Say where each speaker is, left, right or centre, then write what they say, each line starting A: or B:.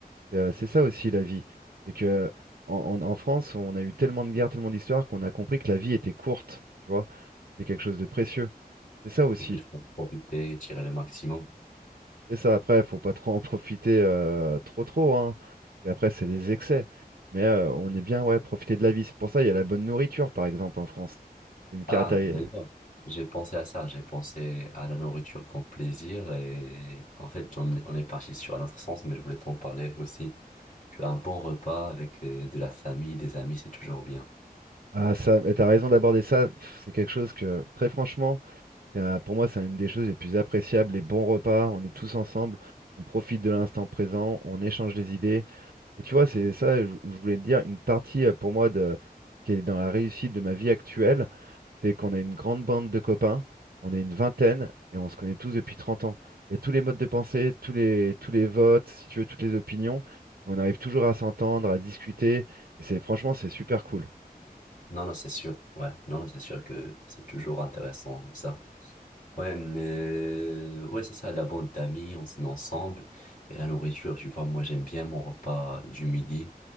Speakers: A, on the right; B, on the left.
A: C'est euh, c'est ça aussi la vie. C'est que en, en- en France, on a eu tellement de guerres, tellement d'histoires qu'on a compris que la vie était courte, tu vois. C'est quelque chose de précieux. C'est ça aussi.
B: et qu'il faut profiter, tirer le maximum.
A: C'est ça, après, faut pas trop en profiter euh, trop trop, hein. Parce qu'après, c'est les excès. Mais euh, on est bien, ouais, profiter de la vie. C'est pour ça, il y a la bonne nourriture, par exemple, en France. C'est une caractéristique.
B: Ah, d'ailleurs, j'ai pensé à ça, j'ai pensé à la nourriture comme plaisir et en fait, on est, on est parti sur un autre sens, mais je voulais t'en parler aussi. Tu as un bon repas avec euh, de la famille, des amis, c'est toujours bien.
A: Ah, ça, mais t'as raison d'aborder ça. Pff, C'est quelque chose que, très franchement, c'est un- pour moi, c'est une des choses les plus appréciables. Les bons repas, on est tous ensemble, on profite de l'instant présent, on échange des idées. Et tu vois, c'est ça où je voulais te dire, une partie euh, pour moi de, qui est dans la réussite de ma vie actuelle, c'est qu'on a une grande bande de copains, on est une vingtaine et on se connaît tous depuis 30 ans. Il y a tous les modes de pensée, tous les, tous les votes, si tu veux, toutes les opinions. On arrive toujours à s'entendre, à discuter. Et c'est franchement, c'est super cool.
B: Non, non, c'est sûr. Ouais, non, non, c'est sûr que c'est toujours intéressant, ça. Ouais, mais... ouais, c'est ça, la bande d'amis, on se met ensemble. Et la nourriture, tu vois, moi, j'aime bien mon repas du midi